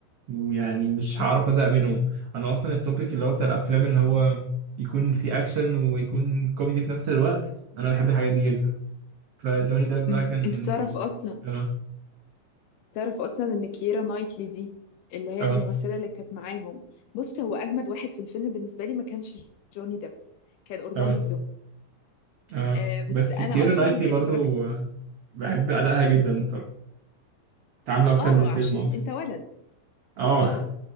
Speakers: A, on the right; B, on the left.
A: ويعني مش
B: امم
A: هعرف ازهق منهم انا اصلا التوبيك اللي هو بتاع الافلام اللي هو يكون فيه اكشن ويكون كوميدي في نفس الوقت انا بحب الحاجات دي جدا فجوني ديب بقى
B: امم
A: كان
B: انت تعرف اصلا
A: اه
B: تعرف اصلا ان كييرا نايتلي دي اللي هي
A: اه
B: الممثله اللي كانت معاهم بص هو اجمد واحد في الفيلم بالنسبه لي ما كانش جوني ديب كان اورلاندو
A: اه
B: بلوم
A: اه
B: آه بس
A: بس
B: انا
A: كيرا
B: اصلا
A: نايتلي
B: اتفرجت
A: برضو بحب ادائها جدا بصراحه تعامل اكتر
B: اه
A: من فيلم
B: عشان
A: اصلا
B: انت ولد
A: اه
B: اه
A: <laughs>